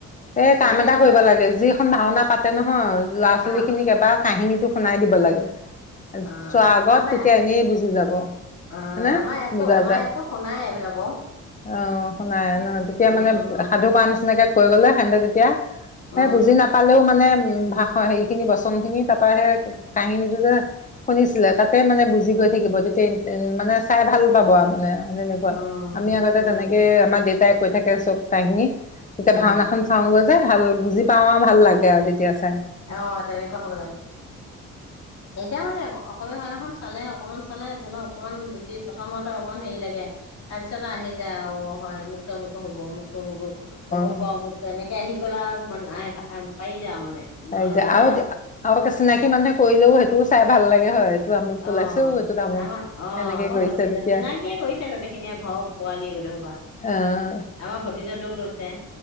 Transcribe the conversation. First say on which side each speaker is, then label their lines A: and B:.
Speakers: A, on the left; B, on the left.
A: এই
B: যদি
A: কাম এটা
B: তই
A: কৰিব লাগে, যিখন ভাওনা পাতে নহয় ল'ৰা
B: অ
A: ছোৱালী খিনিক এবাৰ কাহিনী টো শুনাই দিব লাগে।
B: অ
A: চোৱা আগত
B: আমাৰ
A: তেতিয়া এনেই বুজি যাব
B: অ
A: হনে
B: আমাৰ ইয়াতো
A: বুজা
B: আমাৰ
A: যায়,
B: ইয়াতো শুনাই এইবিলাক বাৰু
A: অ' শুনাই ন
B: উম
A: তেতিয়া
B: উম
A: মানে সাধু কোৱা নিচিনাকে কৈ গ'লে <unintelligible> যেতিয়া
B: উম
A: সেই বুজি নাপালেও মানে উ ভাষৰ হে খিনি বচন খিনি তাৰ পৰা সেই কাহিনীটো যে শুনিছিলে, তাতে মানে বুজি গৈ থাকিব তেতিয়া মানে চাই ভাল পাব আৰু মানে তেনেকুৱা
B: উম উম
A: আমি আগতে
B: উম
A: তেনেকে আমাৰ দেউতাই কৈ থাকে। কে চব কাহিনী। তেতিয়া
B: উম
A: ভাওনা খন গৈ যে ভাল বুজি পাও আমাৰ ভাল লাগে আৰু তেতিয়া আ
B: অ' তেনেকুৱা হ'ব লাগে এতিয়া মানে আকৌ সবে সিনাখন চালে অকমান চলে ধৰি লওক অকণমান বুজি প্ৰথমতে অকমান হেৰি লাগে। তাৰপিছত ন আহি যায় অ' হয় মোক অমুক হ'ব অমুক অমুক- অমুক-অমুক
A: অ
B: ক' এনেকে আহি কি কলা মই নাই পাৰি যাও মানে মনত
A: পাৰি যাই
B: ৰৈ
A: আৰু,
B: যায়
A: আৰু তো চিনাকি হ'লে কৰিলেও সেইটোও চাই ভাল লাগে হয়। আমুক
B: অ'
A: ওলাইছেও এইটো আমুক
B: আমাৰ অ'
A: এনেকে
B: আমাৰ
A: কৰিছে
B: ভতিজা
A: তেতিয়া
B: চিনাকিয়ে কৰিছে গোটেইখিনিয়ে ঘৰৰ পোৱালি গোটেই সোপা,
A: আহ
B: আমাৰ ভতিজাটোও লৈছে।